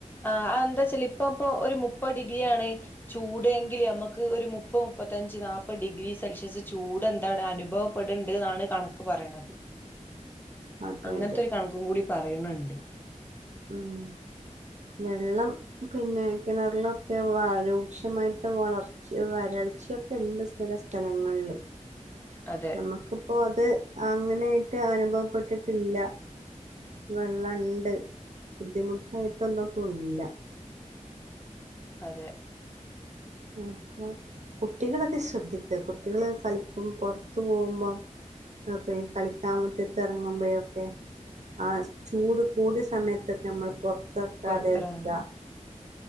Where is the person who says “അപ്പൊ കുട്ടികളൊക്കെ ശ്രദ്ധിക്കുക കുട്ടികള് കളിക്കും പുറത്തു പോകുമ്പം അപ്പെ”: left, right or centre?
Right